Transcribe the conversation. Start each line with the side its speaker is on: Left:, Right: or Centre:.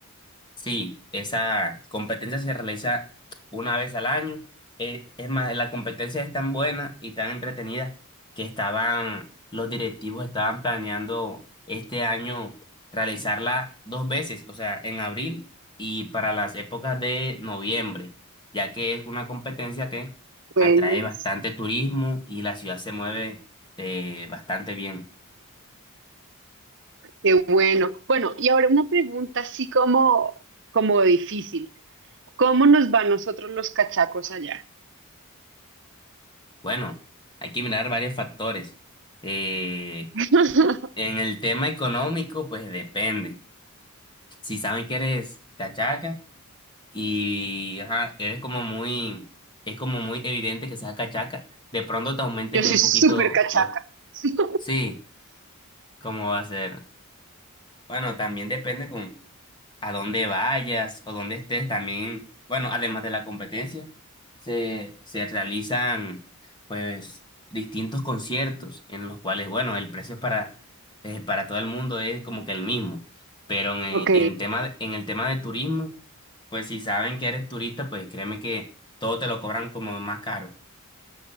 Left: Sí, esa competencia se realiza una vez al año. Eh, es más, la competencia es tan buena y tan entretenida que estaban, los directivos estaban planeando este año realizarla dos veces, o sea, en abril y para las épocas de noviembre, ya que es una competencia que atrae
Right: Bueno.
Left: bastante turismo y la ciudad se mueve eh, bastante bien.
Right: Qué bueno. Bueno, y ahora una pregunta así como, como difícil. ¿Cómo nos va nosotros los cachacos allá?
Left: Bueno, hay que mirar varios factores. Eh,
Right: <laughs>
Left: En el tema económico, pues depende. Si saben que eres cachaca y ajá, eres como muy, es como muy evidente que seas cachaca, de pronto te aumenten
Right: Yo soy
Left: un
Right: súper
Left: poquito
Right: cachaca.
Left: los...
Right: Sí.
Left: Sí, ¿cómo va a ser? Bueno, también depende con, a donde vayas o donde estés también, bueno, además de la competencia, se, se realizan pues distintos conciertos en los cuales, bueno, el precio para, eh, para todo el mundo es como que el mismo, pero en, el-
Right: Ok,
Left: en tema, de- en el tema de turismo, pues si saben que eres turista, pues créeme que todo te lo cobran como más caro.